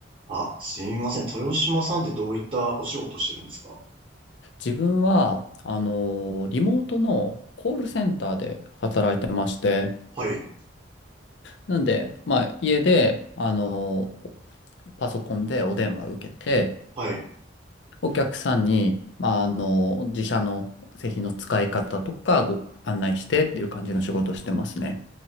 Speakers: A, on the right; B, on the left.
A: あ、すみません。豊島さんってどういったお仕事してるんですか
B: 自分は、あのーリモートのコールセンターで働いてまして、
A: はい。
B: なんで、まあ、家で、あのーパソコンでお電話受けて、
A: はい。
B: お客さんに、まあ、あのー自社の製品の使い方とかご案内してっていう感じの仕事をしてますね。